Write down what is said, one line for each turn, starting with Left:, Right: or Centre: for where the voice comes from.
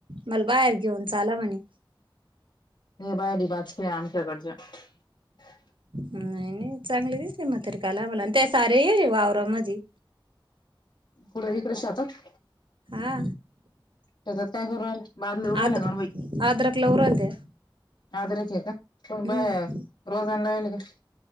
Right: मला बाहेर घेऊन चाला म्हणे
Left: हे बाय रिवाज के आमच्या गर्जा <unintelligible>
Right: नाही नाही चांगले दिसते म्हातारी आला मला ते ते सगळे आलेले आहे वावरामध्ये
Left: पुढे इकडे शेतात.
Right: हा.
Left: त्यासत काय करू रा बादला राहिला
Right: आद्र
Left: काण बाई <unintelligible>
Right: आद्रक लावू राहिल्या
Left: आलं आहे का कोण
Right: हम्म
Left: बाया रोजाने लावले आहेत का